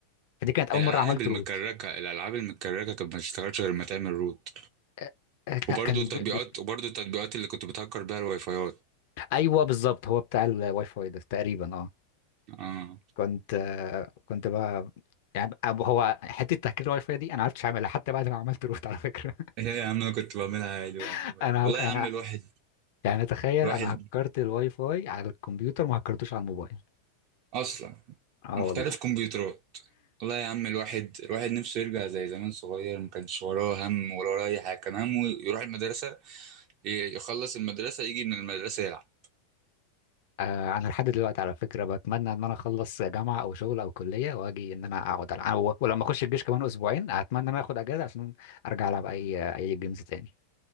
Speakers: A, on the left; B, on the right.
A: فدي كانت اول
B: الالعاب
A: مره عملت
B: المكركه
A: روت
B: الالعاب المكركه كانت ما تشتغلش غير ما تعمل روت
A: آه، آه،
B: وبرضه
A: لا، كان
B: التطبيقات
A: بي... بي...
B: وبرضه التطبيقات اللي كنت بتهكر بيها الواي فايات
A: ايوه بالظبط هو بتاع الواي فاي ده تقريبا اه
B: اه
A: كنت آه، كنت بقى يعني أب- هو حته تهكير الواي فاي دي انا ما عرفتش اعملها حتى بعد ما عملت روت على فكره
B: ايه يا عم انا كنت بعملها عادي والله
A: <laughs> انا
B: والله
A: هك- انا
B: يا عم الواحد
A: يعني تخيل
B: الواحد
A: انا هكرت الواي فاي على الكمبيوتر ما هكرتوش على الموبايل
B: اصلا
A: اه
B: محترف
A: والله
B: كمبيوترات والله يا عم الواحد الواحد نفسه يرجع زي زمان صغير ما كانش وراه هم ولا وراه اي حاجه كان همه يروح المدرسه ي- يخلص المدرسه يجي من المدرسه يلعب
A: آه انا لحد دلوقتي على فكره بتمنى ان انا اخلص جامعه او شغل او كليه واجي ان انا اقعد العب أو- ولما اخش الجيش كمان اسبوعين اتمنى ان انا اخد اجازه عشان ارجع العب اي اي جيمز تاني